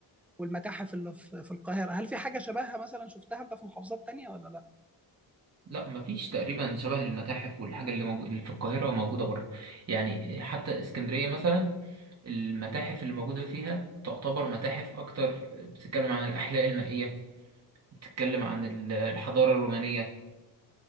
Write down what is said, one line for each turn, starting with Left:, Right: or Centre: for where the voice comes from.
Centre: والمتاحف اللي في في القاهره هل في حاجه شبهها مثلا شفتها انت في محافظات تانية ولا لا
Right: لا مفيش تقريبا شبه المتاحف والحاجة اللي, موجو... اللي في القاهرة موجودة بره يعني حتى اسكندرية مثلا المتاحف اللي موجودة فيها تعتبر متاحف أكتر بتتكلم عن الأحياء المائية بتتكلم عن ال- الحضارة الرومانية